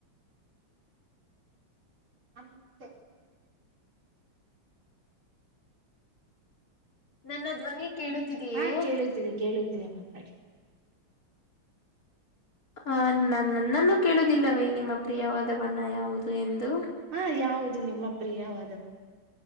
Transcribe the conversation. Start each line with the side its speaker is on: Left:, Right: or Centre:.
Right: <inaudible>
Left: ನನ್ನ ಧ್ವನಿ ಕೇಳುತ್ತಿದೀಯೇ,
Right: ಹಾ ಕೇಳುತ್ತಿದೆ ಕೇಳುತ್ತಿದೆ ಮಾತಾಡಿ,
Left: ಆ ನ ನನ್ನನ್ನು ಕೇಳುವುದಿಲ್ಲವೇ ನಿಮ್ಮ ಪ್ರಿಯವಾದ ಬಣ್ಣ ಯಾವುದು ಎಂದು
Right: ಹಾ ಯಾವುದು ನಿಮ್ಮ ಪ್ರಿಯವಾದ ಮಣ